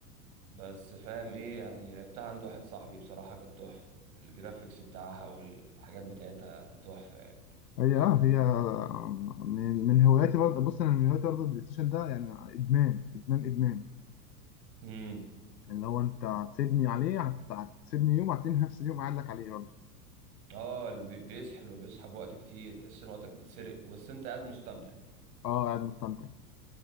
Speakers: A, on the right (about 70°); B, on the left (about 85°).
A: بس فاهم ايه يعني لعبتها عند واحد صاحبي بصراحة كانت تحفة الجرافيكس بتاعها والحاجات بتاعتها تحفة يعني
B: هي اه هي من من هواياتي برضه بص انا من هواياتي برضه البلاي ستيشن ده يعني ادمان ادمان ادمان
A: امم
B: اللي هو انت هتسيبني عليه هت- هتسيبني يوم هتلاقيني نفس اليوم قاعد لك عليه برضه
A: اه ال- بي- بيسحل وبيسحب وقت كتير تحس ان وقتك بيتسرق بس انت قاعد مستمتع
B: اه قاعد مستمتع